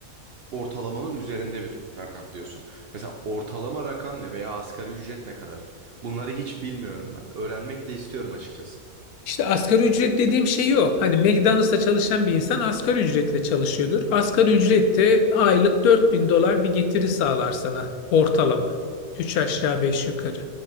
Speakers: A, on the right; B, on the left.
A: ortalamanın üzerinde bir rakam diyorsun. Mesela ortalama rakam ne veya asgari ücret ne kadar? Bunları hiç bilmiyorum ben. Öğrenmek de istiyorum açıkçası.
B: İşte asgari ücret dediğim şey o. Hani McDonald's'ta çalışan bir insan asgari ücretle çalışıyordur. Asgari ücrette aylık 4000 dolar bir getiri sağlar sana ortalama. üç aşağı 5 yukarı.